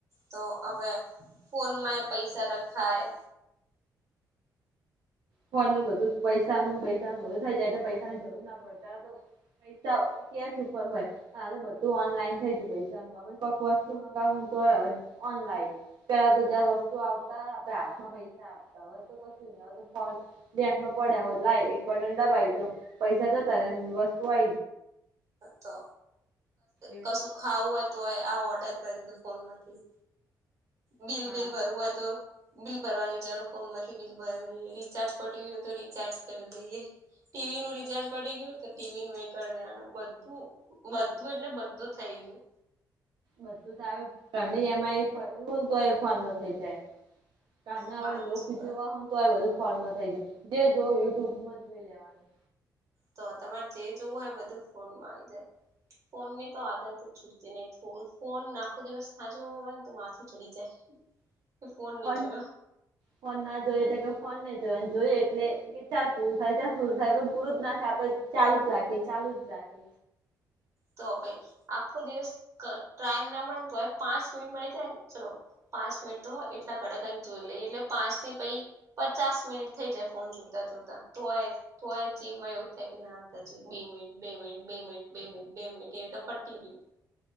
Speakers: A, on the right; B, on the right.
A: તો હવે ફોનમાં એ પૈસા રખાય
B: ફોન બધું પૈસાનું પૈસાનું બધું થાય જાયટલે પૈસાની જરૂર ના પડે અ્યારે તો પૈસા કેશ ઉપર હોય બધું ઓનલાઈન થઈ જ પૈસા ન મે કક વસ્તુ મગાવ તો અનલાઇન પેલા તો જાર વસ્તુ આવતા આપડે હાથમાં પૈસા આપતા હવે તો કશું હ તો બ બેકમાં પડ્યા હો લાય એક બટન દબાય તો પૈસા જ હતા વસ્તુ વય.
A: તો
B: એવું
A: કશું ખાવું હોય તો આ ઓર્ડર કરી દીધું ફોન માંથી બિલ
B: હા
A: બિલ ભરવું હોય તો બિલ ભરવાની જનું ફોન માંથી બિલ ભરી દઈએ રીચાર્જ પ હોય તો રીચાર્જ કરી દઈએ ટીવી નું રિચાર્જ પડી ગયું તો ટીવી નું એ કરી દેવાનું બધું. બધું એટલે બધું થઈ ગયું.
B: બધું તો આવે ઘ ન એઈ તો ફોન માં થઈ જાય. કારના
A: હાચી
B: હવે લોક
A: વાત
B: જોવા હોય તો બધું ફોમ થઈ ગયું જે જોય યુટ્યુબમાં જોઈ લેવાનું.
A: તો તમારે જે જોવું હોય બધું ફોનમાં આવી જાય. ફોન ની તો આદત છૂટતી નહીિ થો ફોન આખો દિવસ સાજ હોય ને તો માથું ચડી જાય. કે ફોન નહી
B: બ
A: જોયો
B: ફોન ના જોઈએ એટ કે ફોન નહી જોય જોઈએ એટલે કે ચાર પૂરું થાય ચા પૂરું થાય પણ પૂરું જ ના થાય આપડે ચાલુ જાકે ચાલુ જાકે
A: તો પઈ આખો દિવસ ટાઈમ ના મળે ને તોયે પાંચ મિનિટ મળી જાય. ચલો પાંચ મિનિટ તો હો એટલા કડકાઈ જોઈ લઈએ એટલે પાંચ થી પઈ પચાસ મિનિટ થઈ જાય ફોન જોતા જોતા. તોય તોયે જીવમાં એવું થાય કે ના હતા જ બે મિનિટ, બે મિનિટ, બે મિનિટ, બે મિનિટ... બેમિટ એતો પટી ગીયું.